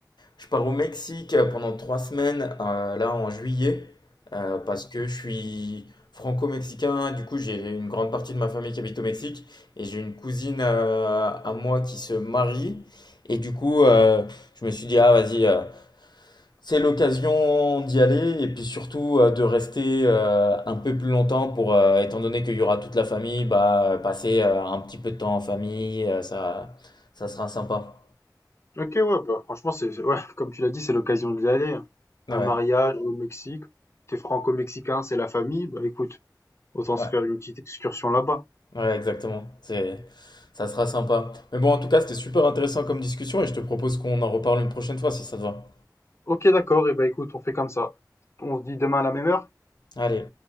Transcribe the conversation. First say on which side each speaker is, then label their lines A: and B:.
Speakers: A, on the left; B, on the left.
A: Je pars au Mexique euh, pendant trois semaines, euh, là en juillet, euh, parce que je suis franco-mexicain. Du coup, j'ai une grande partie de ma famille qui habite au Mexique et j'ai une cousine euh, à moi qui se marie. Et du coup, euh, je me suis dit, ah vas-y, euh, c'est l'occasion d'y aller et puis surtout euh, de rester euh, un peu plus longtemps pour, euh, étant donné qu'il y aura toute la famille, bah, passer euh, un petit peu de temps en famille, euh, ça, ça sera sympa.
B: Ok, ouais, bah, franchement, c'est, ouais, <laughs> comme tu l'as dit, c'est l'occasion d'y aller.
A: Ouais,
B: Un mariage au Mexique, t'es franco-mexicain, c'est la famille, bah écoute, autant
A: ouais.
B: se faire une petite excursion là-bas.
A: Ouais, exactement. C'est, ça sera sympa. Mais bon, en tout cas, c'était super intéressant comme discussion et je te propose qu'on en reparle une prochaine fois si ça te va.
B: Ok, d'accord, et bah écoute, on fait comme ça. On se dit demain à la même heure?
A: Allez.